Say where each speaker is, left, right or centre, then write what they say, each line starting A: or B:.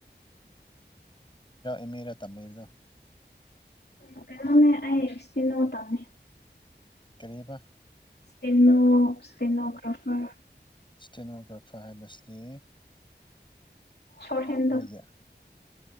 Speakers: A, on the left; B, on the left.
A: ꯏꯃꯦꯔ ꯊꯝꯃꯦꯒ
B: ꯎ ꯀꯩꯅꯅꯦ ꯑꯁꯗꯤ ꯅ ꯇꯅꯤ
A: ꯀꯔꯤꯕ
B: ꯀꯩꯅꯣ ꯀꯩꯅꯣ ꯈꯪꯕꯔꯥ
A: ꯀꯦꯅꯣꯒ꯭ꯔꯥꯐꯔ ꯍꯥꯏꯕꯁꯤꯗꯤ
B: ꯁꯣꯔꯠ ꯍꯦꯟꯗꯣ
A: ꯑꯩꯒꯤ